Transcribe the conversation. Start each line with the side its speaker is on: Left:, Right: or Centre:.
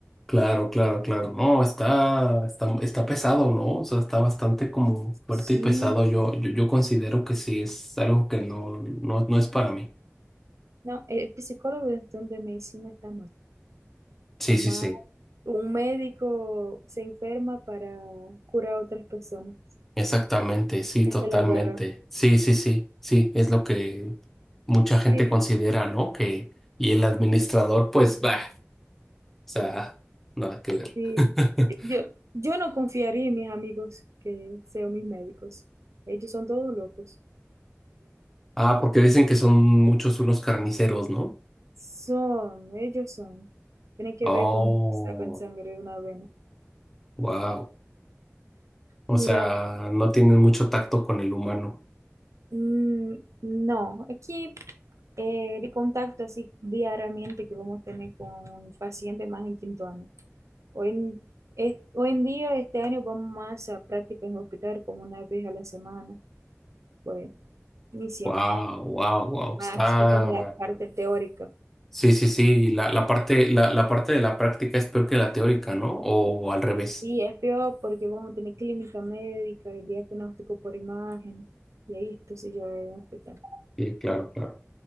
Centre: claro, claro, claro, no, está, está, está pesado, ¿no? O sea, está bastante como fuerte
Right: Sí,
Centre: y pesado. Yo, yo, yo considero que sí, es algo que no, no, no es para mí.
Right: no, el psicólogo dentro de medicina está mal.
Centre: Sí,
Right: Está
Centre: sí,
Right: mal.
Centre: sí,
Right: Un médico se enferma para curar a otras personas.
Centre: exactamente, sí,
Right: Esta
Centre: totalmente.
Right: es la verdad.
Centre: Sí, sí, sí, sí, es lo que mucha
Right: Sí.
Centre: gente considera, ¿no? Que, y el administrador, pues, bah, o sea, nada que ver.
Right: Sí,
Centre: <laughs>
Right: yo, yo no confiaría en mis amigos que sean mis médicos. Ellos son todos locos.
Centre: Ah, porque dicen que son muchos unos carniceros, ¿no?
Right: Son, ellos son. Tienen que
Centre: Oh,
Right: ver cómo sacan sangre de una vena.
Centre: wow. O
Right: Mira,
Centre: sea, no tienen mucho tacto con el humano.
Right: mm, no, aquí eh, el contacto así diariamente que vamos a tener con pacientes más en quinto año. Hoy en, es- hoy en día, este año vamos más a prácticas en hospital como una vez a la semana, pues ni siempre.
Centre: Wow, wow, wow.
Right: Más
Centre: Está.
Right: estamos en la parte teórica.
Centre: Sí, sí, sí. La, la parte, la, la parte de la práctica es peor que la teórica, ¿no? O, al revés.
Right: Y es peor porque vamos a tener clínica médica y diagnóstico por imagen. Y ahí esto se lleva a un hospital.
Centre: Sí, claro, claro.